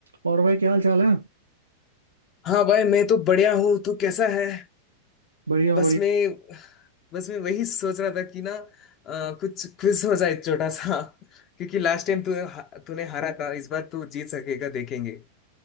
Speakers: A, on the right (about 80°); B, on the left (about 35°).
A: और भाई क्या हाल चाल है
B: हाँ भाई मैं तो बढ़िया हूँ तू कैसा है
A: बढ़िया हो
B: बस
A: बढ़िया
B: मैं बस मैं वही सोच रहा था कि ना अ, कुछ क्विज हो जाए छोटा सा <laughs> क्योंकि लास्ट टाइम तू तूने हारा था इस बार तू जीत सकेगा देखेंगे